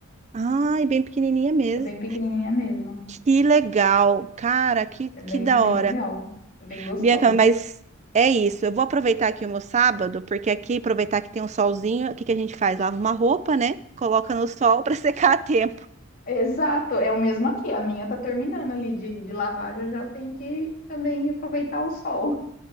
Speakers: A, on the right; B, on the left.
A: Ai, bem pequenininha mesmo.
B: É bem pequenininha mesmo.
A: Que legal, cara, que
B: É bem,
A: que da
B: bem
A: hora.
B: legal. É bem gostoso.
A: Bianca, mas é isso. Eu vou aproveitar aqui o meu sábado, porque aqui, aproveitar que tem um solzinho, o que que a gente faz? Lava uma roupa, né? Coloca no sol para <laughs> secar a tempo.
B: Exato, é o mesmo aqui. A minha tá terminando ali de, de lavar, já já eu tenho que também aproveitar o sol,